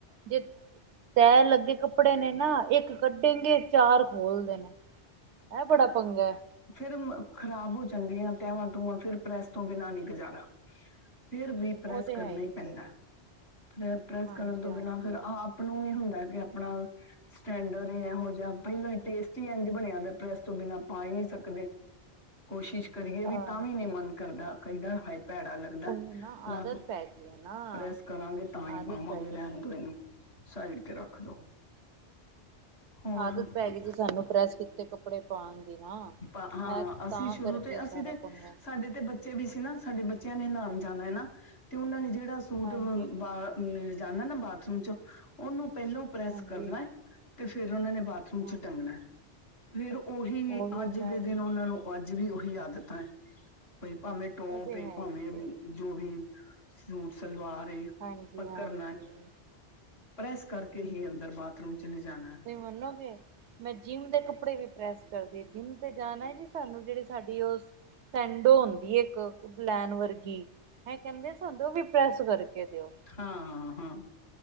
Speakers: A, on the right; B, on the left.
A: ਜੇ ਤੈ ਲੱਗੇ ਕੱਪੜੇ ਨੇ ਨਾ ਇੱਕ ਕੱਡੇਂਗੇ ਚਾਰ ਖੋਲਦੇ ਨੇ ਐ ਬੜਾ ਪੰਗਾ ਐ
B: ਫੇਰ ਖਰਾਬ ਹੋ ਜਾਂਦੀਆਂ ਤੈਵਾ-ਤੂਵਾਂ ਫਿਰ ਪ੍ਰੈਸ ਤੋਂ ਬਿਨਾਂ ਨੀ ਗਜ਼ਾਰਾ ਫੇਰ ਵੀ ਪ੍ਰੈਸ
A: ਉਹ ਤੇ
B: ਕਰਨਾ
A: ਹੈ ਹੀ
B: ਈ
A: ਜੀ
B: ਪੈਂਦੈ ਫੇਰ ਪ੍ਰੈਸ
A: ਹਾਂਜੀ
B: ਕਰਨ ਤੋਂ
A: ਹਾਂਜੀ
B: ਬਿਨਾਂ ਫਿਰ ਆਪ ਨੂੰ ਵੀ ਹੁੰਦਾ ਕਿ ਆਪਣਾ ਸਟੈਂਡਰਡ ਏਹੋ ਜਾ ਪੈਲਾਂ ਈ ਟੇਸਟ ਈ ਇੰਝ ਬਨਿਆ ਹੁੰਦਾ ਦਾ ਪ੍ਰੈਸ ਤੋਂ ਬਿਨਾਂ ਪਾ ਈ ਨੀ ਸਕਦੇ। ਕੋਸ਼ਿਸ਼ ਕਰੀਏ
A: ਹਾਂਜੀ
B: ਵੀ ਤਾਂ ਵੀ ਨੀ ਮਨ ਕਰਦਾ ਕਈਦਾ ਹਾਏ ਭੈੜਾ ਲੱਗਦਾ,
A: ਉਹੀ ਨਾ
B: ਲਾ
A: ਆਦਤ
B: ਦੋ
A: ਪੈ ਗਈ ਹੈ ਨਾ
B: ਪ੍ਰੈਸ ਕਰਾਂਗੇ ਤਾਂ ਈ
A: ਆਦਤ
B: ਪਾਵਾਂਗੇ
A: ਪੈ ਗਈ
B: ਰੈਣ ਦੋ ਏਨੂੰ, ਸਾਈਡ ਤੇ ਰੱਖ ਦੋ। ਹੋਰ
A: ਆਦਤ ਪੈ
B: ਕ-
A: ਗੀ ਜੀ ਸਾਨੂੰ ਪ੍ਰੈਸ ਕੀਤੇ ਕੱਪੜੇ ਪਾਨ ਦੀ ਨਾ।
B: ਪਾ ਹਾਂ,
A: ਇਹ
B: ਅਸੀਂ
A: ਤਾਂ
B: ਸ਼ੁਰੂ
A: ਕਰਕੇ
B: ਤੇ
A: ਸਾਰਾ
B: ਅਸੀਂ ਤੇ
A: ਪੰਗਾ
B: ਸਾਡੇ ਤੇ ਬੱ ਬੱਚੇ ਵੀ ਸੀ ਨਾ ਸਾਡੇ ਬੱਚੇਆਂ ਨੇ ਨਾਣ ਜਾਨਾ ਐ ਨਾ ਤੇ ਓਨਾਂ ਨੇ ਜੇੜਾ ਸੂਟ
A: ਹਾਂਜੀ
B: ਬ
A: ਜੀ,
B: ਬਾ ਚੇ ਨੇ ਜਾਨਾ ਨਾ ਬਾਥਰੂਮ ਚ ਓਨੂੰ ਪੈਲੋਂ ਪ੍ਰੈਸ
A: ਹਾਂਜੀ
B: ਕਰਨਾ ਐ ਤੇ ਫੇਰ ਓਨਾ ਨੇ ਬਾਥ ਰੂਮ
A: ਹਾਂਜੀ
B: ਚ ਟੰਗਨੈ ਫੇਰ ਓਹੀ
A: ਉਹੀ ਮੈਂ ਵੀ
B: ਓਨਾਂ ਨੂੰ ਅੱਜ ਵੀ ਓਹੀ ਆਦਤਾਂ ਐ ਬੀ ਭਾਵੇਂ ਟੋਪ
A: ਉਹ ਤੇ
B: ਏ
A: ਹੈ
B: ਭਾਵੇਂ
A: ਹੀ ਹੈ
B: ਜੋ ਵੀ ਸੂਟ-ਸਲਵਾਰ ਏ।
A: ਹਾਂਜੀ-ਹਾਂਜੀ।
B: ਪਰ ਕਰਨਾ ਪ੍ਰੈਸ ਕਰਕੇ ਹੀ ਅੰਦਰ ਬਾਥਰੂਮ ਚ ਲਿਜਾਨੈ।
A: ਤੁਸੀਂ ਮੰਨੋਗੇ ਮੈਂ ਜਿੰਮ ਦੇ ਕੱਪੜੇ ਵੀ ਪ੍ਰੈਸ ਕਰਦੀ ਆ ਜਿੰਮ ਤੇ ਜਾਨਾ ਸਾਨੂੰ ਜੇੜੀ ਸਾਡੀ ਓ ਸੈਂਡੋ ਔਂਦੀ ਏ ਇੱਕ ਬਲੈਨ ਵਰਗੀ ਹੈ ਕੈਂਦੇ ਸਾਨੂੰ ਤਾਂ ਓ ਵੀ ਪ੍ਰੈਸ ਕਰਕੇ ਦੇਓ।
B: ਹਾਂ ਹਾਂ